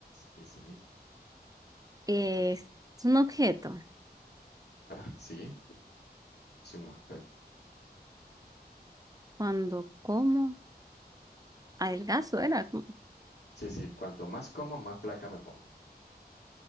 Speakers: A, on the left; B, on the right.
A: Y sí,
B: Es, es un objeto.
A: <laughs> sí, es un objeto.
B: Cuando como adelgazo era como-
A: Sí, sí, cuanto más como, más flaca me pongo.